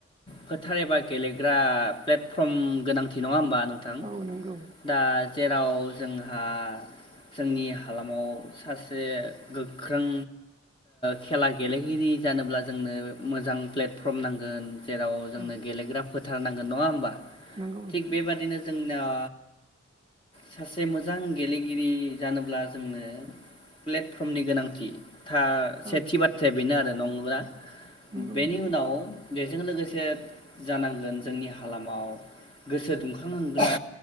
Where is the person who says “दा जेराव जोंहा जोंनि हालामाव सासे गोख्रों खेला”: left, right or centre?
Left